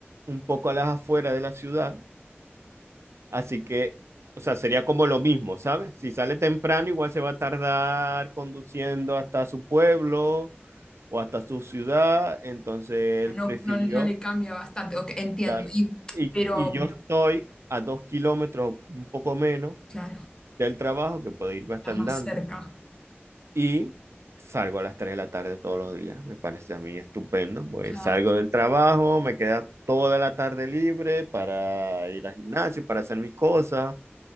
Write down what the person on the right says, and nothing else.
un poco a las afueras de la ciudad, así que, o sea, sería como lo mismo, ¿sabes? Si sale temprano, igual se va a tardar conduciendo hasta su pueblo o hasta su ciudad, entonces él
prefirió,
claro,
y,
y yo Pero, estoy a dos kilómetros, un poco menos,
del trabajo, que puedo irme
hasta andando,
y salgo a las 3 de la tarde todos los días, me parece a mí estupendo, pues
salgo del trabajo, me queda toda la tarde libre para ir al gimnasio, para hacer mis cosas,